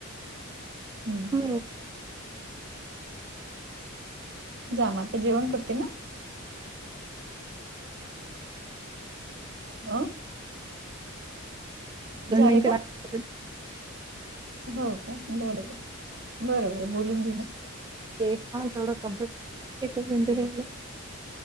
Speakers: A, on the right; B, on the right.
A: हम्म
B: हा
A: जाम आता तर जेवण करते ना अ
B: दोन
A: झाले
B: मिनिट
A: का
B: बाकी आहेत अजून
A: हो का बरोबर, बरोबर बोलून घेऊना
B: ते हा थोड कम्प्लीट एक मिंट राहिला